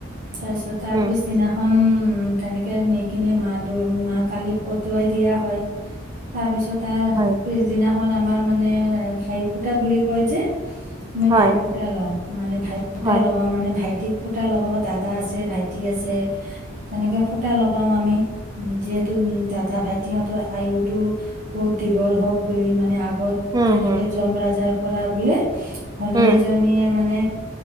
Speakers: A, on the right; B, on the right.
A: তাৰপিছত তাৰ
B: উম
A: পিছদিনাখন উম, তেনেকে নি কিনে মা দুৰ মা কালিক উটুৱাই দিয়া হয় তাৰ পিছত তাৰ
B: হয়
A: পিছদিনাখন আমাৰ মানে ভাই ফুটা বুলি কয় যে, আমি
B: হয়
A: ভাই ফুটা লওঁ মানে ভাই ফুটা
B: হয়
A: লগাও মানে ভাইক ফুটা লগাব দাদা আছে ভাইটি আছে তেনেকে ফুটা লগাও আমি উম যিহেতু উম, দাদা ভাইটিহঁতৰ আয়ুটো বহুত দীঘল হওঁক বুলি মানে আ -গত
B: উম
A: তেনেকে
B: হুম
A: যম ৰাজাৰ পৰা বোলে ভনী
B: উম
A: এজনীয়ে মানে